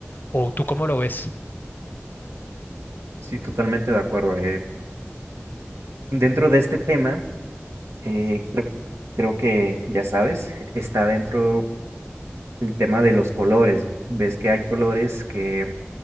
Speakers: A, on the left; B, on the right.
A: ¿O tú cómo lo ves?
B: Sí, totalmente de acuerdo. eh. Dentro de este tema, eh, creo, creo que ya sabes, está dentro el tema de los colores. Ves que hay colores que,